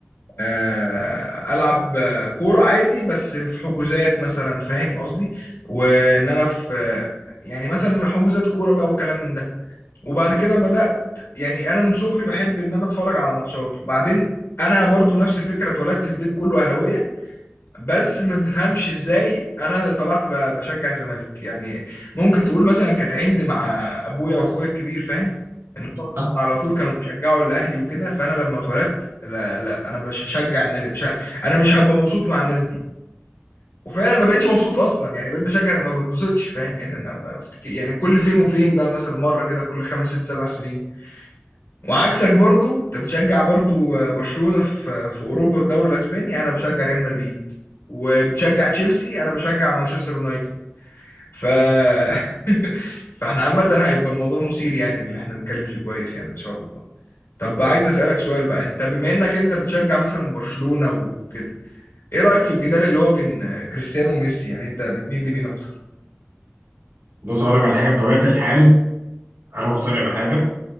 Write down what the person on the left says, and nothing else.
آه، العب آه، كوره عادي بس في حجوزات مثلا فاهم قصدي وان انا في آه، يعني مثلا في حجوزات كوره بقى والكلام من ده وبعد كده بدات يعني انا من صغري بحب ان انا اتفرج على ماتشات وبعدين انا برضو نفس الفكره اتولدت في بيت كله اهلاويه بس ما تفهمش ازاي انا طلعت ب- بشجع الزمالك يعني ممكن تقول مثلا كانت عندي مع ابويا واخويا الكبير فاهم ان هم مثلا
على طول كانوا بيشجعوا الاهلي وكده فانا لما اتولدت لا لا انا مش هشجع النادي مش ه... انا مش هبقى مبسوط مع الناس دي وفعلا ما بقتش مبسوط اصلا يعني بقيت بشجع ما بتبسطش فاهم يعني انا بفتكر يعني كل فين وفين بقى مثلا مره كده كل خمس ست سبع سنين وعكسك برضو انت بتشجع برضو آه، برشلونة في في اوروبا في الدوري الاسباني انا بشجع ريال مدريد وبتشجع تشيلسي انا بشجع مانشستر يونايتد ف <laughs> فاحنا عامة هيبقى الموضوع مثير يعني اللي احنا نتكلم فيه كويس يعني ان شاء الله طب عايز اسألك سؤال بقى انت بما انك انت بتشجع مثلا برشلونة وكده ايه رأيك في الجدال اللي هو بين آه، كريستيانو وميسي يعني انت بتميل لمين اكتر